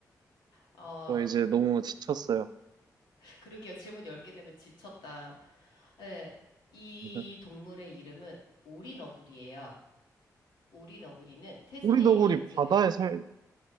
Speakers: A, on the left; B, on the right.
A: 어,
B: 저 이제 너무 지쳤어요.
A: 그러게요. 질문 10개 되면 지쳤다. 예, 이
B: <laughs>
A: 동물의 이름은 오리너구리예요. 오리너구리는 태즈메이니아
B: 오리더구리
A: 쪽에
B: 바다에 살지